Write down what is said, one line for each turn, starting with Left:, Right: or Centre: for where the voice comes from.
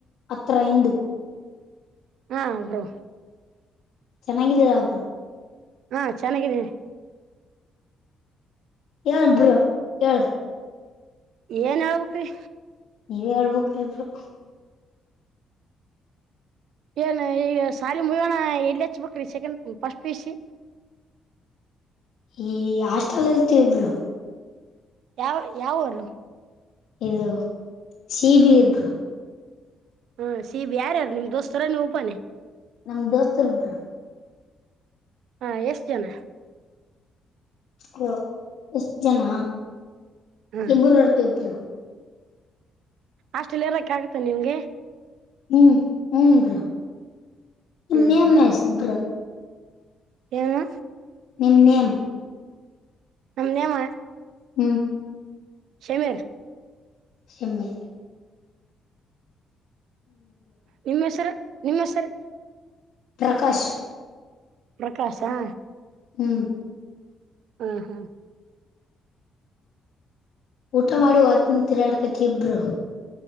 Left: ಹತ್ರ ಇಂದು
Right: ಹಾ ಬ್ರೋ
Left: ಚೆನ್ನಾಗಿದ್ದೀರಾ ಬ್ರೋ
Right: ಹಾ ಚೆನ್ನಾಗಿದ್ದೀನೆ
Left: ಏಳ ಬರೋ ಏಳು
Right: ಏನ್ ಹೇಳಬೇಕ್ರಿ
Left: ನೀವೇ ಹೇಳ್ಬೇಕಕ್ ಇಬ್ರು
Right: ಏನು ಈಗ ಸಾಲ ಮುಗೋಣ ಎಲ್ಲಿ ಹಚ್ಬೇಕ್ರಿ ಸೆಕೆಂಡ್ ಫಸ್ಟ್ ಪಿಯು ಸಿ
Left: ಈ ಹಾಸ್ಟೆಲ್ ಇಡ್ತೀವಿ ಬ್ರೋ
Right: ಯಾವ ಯಾವರು
Left: ಇದು ಸಿ ಬಿ ಇಬ್ರು
Right: ಹಾ ಸೀಬ ಯಾರ್ಯಾರು ನಿಮ್ ದೋಸ್ತರ ನೀ ಒಬನೆ
Left: ನಮ ದೋಸ್ತರಿಬ್ರು
Right: ಹಾ ಎಷ್ಟು ಜನ
Left: ಹ ಎಷ್ಟ ಜನ
Right: ಹ್ಮ್
Left: ಇಬ್ಬರು ಇರುತಿ ಬ್ರೋ
Right: ಅಷ್ಟಲ್ಲಿ ಇರಕ್ಕೆ ಆಗುತ್ತೆ ನಿಮ್ಗೆ
Left: ಹ್ಮ್ ಹ್ಮರ <inaudible>
Right: ಹ್ಮ್ ಹ್ಮ್ ಏನು
Left: ನಿಮ್ಮ ನೇಮ್
Right: ನಮ್ ನೇಮ
Left: ಹ್ಮ್
Right: ಶಮೀರ್
Left: ಸಮೀರ್
Right: ನಿಮ್ಮ ಹೆಸರ ನಿಮ್ಮ ಹೆಸರಿ
Left: ಪ್ರಕಾಶ
Right: ಪ್ರಕಾಶಾ
Left: ಹ್ಮ
Right: ಹ್ಮ್ ಹ್ಮ್
Left: ಊಟ ಮಾಡಿ ವಾಕಿಂಗ್ ತಿರಾಡಕಕ್ಕೆ ಬ್ರೋ